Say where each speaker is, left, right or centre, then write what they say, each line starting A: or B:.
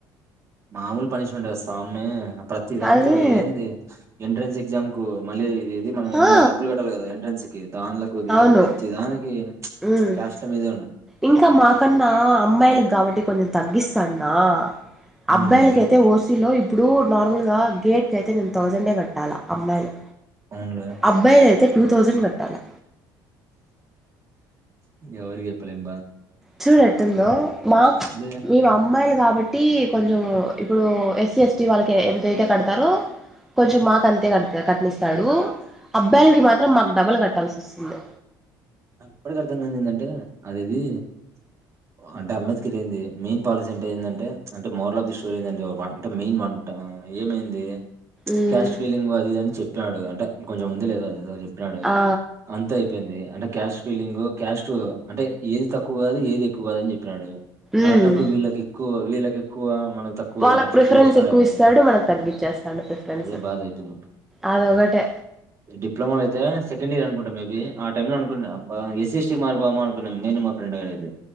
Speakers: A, on the right; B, in the centre.
A: మామూలు పనిష్మెంట్ స్వామిప్రతి దాంతో
B: అదే
A: ఏంది ఎంట్రన్స్ ఎగ్జామ్ కుమళ్ళి ఇది మనం ఏమన్నా
B: ఆ
A: డబ్బులు కట్టాలి కదా ఎంట్రన్స్ కి దాన్లకు వీళ్లకు
B: అవును
A: ప్రతి దానికి
B: ఉమ్
A: క్యాస్ల మీద
B: ఇంకా మాకన్నా అమ్మాయిల కాబట్టి కొంచెం తగ్గిస్తంది నా
A: ఉమ్
B: అబ్బాయిలకైతే ఓసీలో ఇప్పుడు నార్మల్ గా గేట్ క అయితే నేను థౌజండే కట్టాల అమ్మాయిలు
A: అవునులే
B: అబ్బాయిల అయితే టూ థౌజండ్ కట్టాలా
A: ఎవరికి ఎప్పలేం
B: చూడు ఏట్టుందో మాకు
A: ఇదే
B: మేము అమ్మాయిలు కాబట్టి కొంచెం ఇప్పుడు సి ఎస్ టీ వాల్లకు ఓకే ఎంత అయితే కడతారో కొంచెం మాకు అంతే కట్ కట్టనిస్తాడు. అబ్బాయిలకి మాత్రం మాకు డబల్ కట్ పెట్టాల్సి వస్తుంది.
A: నాకు ఇప్పటికి అర్థంగాంది. ఏంటంటే అది ఇది అంటే అంబేద్కర్ ఏంది మెయిన్ పాలసీ అంటే ఏందంటే అంటే మోరల్ ఆఫ్ ది స్టోరీ ఏందంటే అంటే మెయిన్ వంట ఏమైంది.
B: ఉమ్
A: క్యాస్ట్ ఫీలింగ్ అది ఇది అని చెప్ప ట్లాడు అంటె కొంచెం ఉంది. లేదొ ఏదో జెప్పి ఇప్పడు అడుగు
B: ఆ
A: అంత అయిపోయింది. అంటే క్యాస్ట్ ఫీలింగ్ క్యాస్ట్ అంటే ఏది తక్కువ గాదు. ఏది ఎక్కువ గా. అని జే ప్పడు అలాంటప్పుడు
B: ఉమ్
A: వీళ్ళకి ఎక్కువ వీళ్ళ ఎక్కువ మనకు తక్కువ
B: వాళ్ళకి
A: అట్లె
B: ప్రిఫరెన్స్
A: ఎట్ల చేసిన్డేమో
B: ఎక్కువ ఇస్తాడు మనకు తగ్గిచ్చేస్తాడు ప్రిఫరెన్స్
A: అదే బాధ అయితుంది.
B: అదొకటే
A: డిప్లమాలో అయితే సెకండ్ ఇయర్ అనుకుంటా మేబి ఆ టైం లో అ కున్న అబ్బ ఏస్ ఎస్ చి మారిపోమనుకున్నాం. నేను మా ఫ్రేండ్ గాడు అయితే